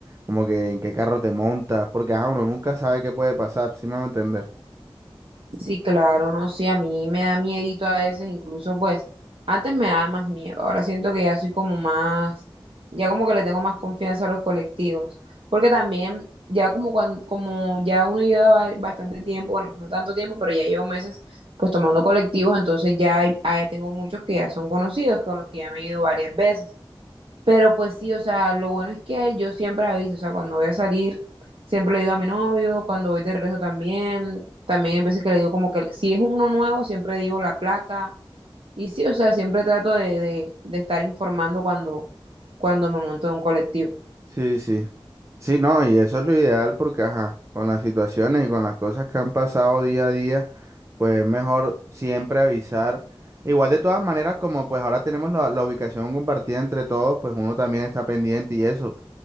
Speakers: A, on the right; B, on the right.
A: como que en qué carro te montas, porque ajá, uno nunca sabe qué puede pasar, ¿sí me van a entender?
B: Sí, claro, no, sí, a mí me da miedito a veces, incluso pues antes me daba más miedo, ahora siento que ya soy como más, ya como que le tengo más confianza a los colectivos, porque también ya como cuando, como ya uno lleva ba- bastante tiempo, bueno, no tanto tiempo, pero ya llevo meses pues tomando colectivos, entonces ya hay- ah, tengo muchos que ya son conocidos, con los que ya me he ido varias veces. Pero pues sí, o sea, lo bueno es que yo siempre aviso, o sea, cuando voy a salir, siempre le digo a mi novio, cuando voy de regreso también, también hay veces que le digo como que si es uno nuevo, siempre digo la placa. Y sí, o sea, siempre trato de, de, de estar informando cuando, cuando me monto en un colectivo.
A: Sí, sí. Sí, no, y eso es lo ideal porque, ajá, con las situaciones y con las cosas que han pasado día a día, pues es mejor siempre avisar. Igual de todas maneras, como pues ahora tenemos la, la ubicación compartida entre todos, pues uno también está pendiente y eso,